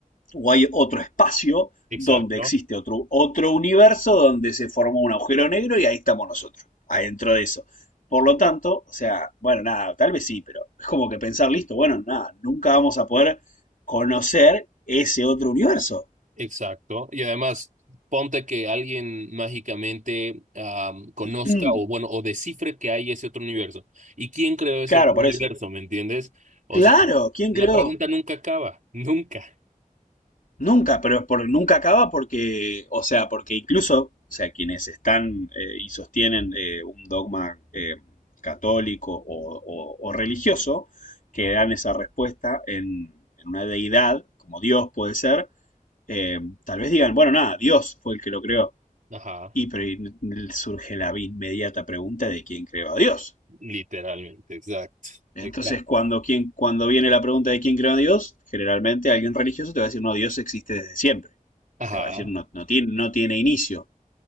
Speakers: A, on the left; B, on the right.
A: o hay otro espacio
B: exacto.
A: donde existe otro, otro universo donde se formó un agujero negro y ahí estamos nosotros, adentro de eso. Por lo tanto, o sea, bueno, nada, tal vez sí, pero es como que pensar, listo, bueno, nada, nunca vamos a poder conocer ese otro universo.
B: Exacto. Y además, ponte que alguien mágicamente am, conozca
A: Mm,
B: o bueno, o descifre que hay ese otro universo. ¿Y quién creó ese
A: claro,
B: otro universo?
A: por eso.
B: ¿Me entiendes? O
A: Claro,
B: sea,
A: ¿quién
B: la
A: creó?
B: pregunta nunca acaba, <laughs> nunca.
A: Nunca, pero es por, nunca acaba porque, o sea, porque incluso, o sea, quienes están eh, y sostienen eh, un dogma eh, católico o, o- o religioso, que dan esa respuesta en, en una deidad, como Dios puede ser, eh, tal vez digan, bueno, nada, Dios fue el que lo creó.
B: Ajá,
A: Y pero y surge la inmediata pregunta de quién creó a Dios.
B: literalmente, exacto.
A: Entonces,
B: Exacto.
A: cuando, quien, cuando viene la pregunta de quién creó a Dios, generalmente alguien religioso te va a decir, no, Dios existe desde siempre.
B: Ajá,
A: Te va a decir, no, no, tiene, no tiene inicio.